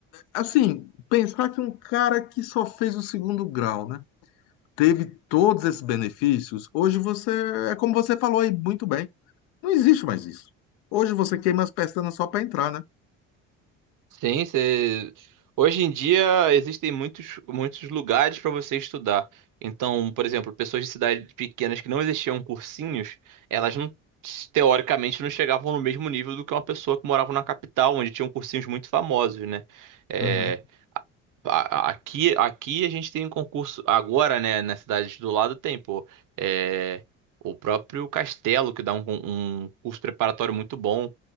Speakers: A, on the left; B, on the right.
A: assim, pensar que um cara que só fez o segundo grau, né? Teve todos esses benefícios. Hoje você, é como você falou aí muito bem. Não existe mais isso. Hoje você queima as pestanas só para entrar, né?
B: Sim, você... hoje em dia existem muitos, muitos lugares para você estudar. Então, por exemplo, pessoas de cidades pequenas que não existiam cursinhos, elas não, teoricamente, não chegavam no mesmo nível do que uma pessoa que morava na capital, onde tinham cursinhos muito famosos, né? Eh,
A: Uhum.
B: a- a- Aqui, aqui a gente tem um concurso agora, né? Na cidade do lado tem, pô. É, o próprio Castelo, que dá um, con- um curso preparatório muito bom,